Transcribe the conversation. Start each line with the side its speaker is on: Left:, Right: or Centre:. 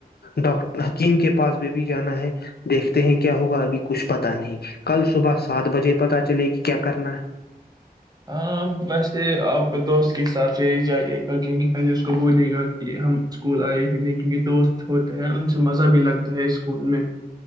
Left: ڈاکٹر حکیم کے پاس بھی بھی جانا ہے دیکھتے ہیں کیا ہوگا ابھی کچھ پتا نہیں کل صبح سات بجے پتا چلے گی کیا کرنا ہے
Right: ہاں ویسے آپ دوست کے ساتھ رہ ہی جائیے گا کیونکہ پہلے اس کو بولیے گا کہ ہم اسکول آئے ہی نہیں کیونکہ دوست ہوتے ہیں ان سے مزہ بھی لگتا ہے اسکول میں